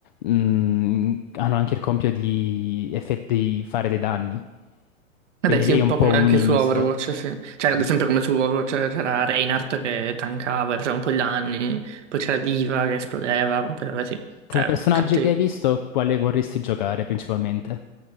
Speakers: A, on the left; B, on the right.
A: mm, hanno anche il compito di, effetti- di fare dei danni.
B: Vabbè,
A: Quindi
B: sì,
A: lei
B: un
A: è un
B: po'
A: po'
B: come
A: un
B: anche
A: misto.
B: su Overwatch, sì. Cioè,
A: Sì.
B: ad esempio come su Overwatch c'era Reinhardt che tankava, faceva un po' di danni, poi c'era Diva che esplodeva, poi vabbè sì,
A: Tra
B: cioè,
A: i personaggi
B: tanti...
A: che hai visto, quale vorresti giocare principalmente?